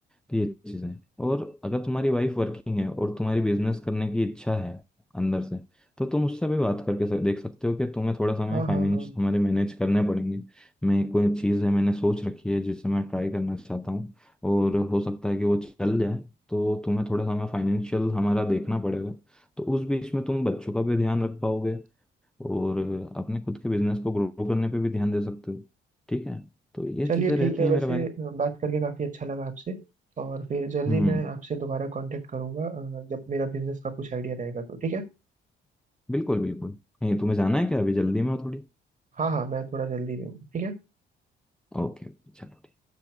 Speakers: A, in the centre; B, on the right (about 40°).
A: तो ये चीज़ें और अगर तुम्हारी वाइफ वर्किंग है और तुम्हारी बिजनेस करने की इच्छा है अंदर से तो तुम उससे भी बात करके सक- देख सकते हो कि तुम्हें थोड़ा समय
B: हाँ
A: फाइनेंस
B: हाँ हाँ
A: हमारे मैनेज करने पड़ेंगे मैं कोई चीज़ है मैंने सोच रखी है जिसे मैं ट्राई करना चाहता हूँ और हो सकता है कि वो चल जाए तो तुम्हें थोड़ा समय फाइनेंशियल हमारा देखना पड़ेगा तो उस बीच में तुम बच्चों का भी ध्यान रख पाओगे और अपने खुद के बिजनेस को ग्रो करने पे भी ध्यान दे सकते हो ठीक है तो ये
B: चलिए
A: चीज़ें रहती
B: ठीक है
A: हैं
B: वैसे
A: मेरे भाई
B: अ, बात करके काफ़ी अच्छा लगा आपसे और फिर जल्दी
A: हम्म
B: मैं आपसे दोबारा कांटेक्ट करूंगा अ, जब मेरा बिजनेस का कुछ आइडिया रहेगा तो ठीक है
A: बिल्कुल बिल्कुल कहीं तुम्हें जाना है क्या अभी जल्दी में हो थोड़ी
B: हाँ हाँ मैं थोड़ा जल्दी में हूँ ठीक है
A: ओके चलो ठीक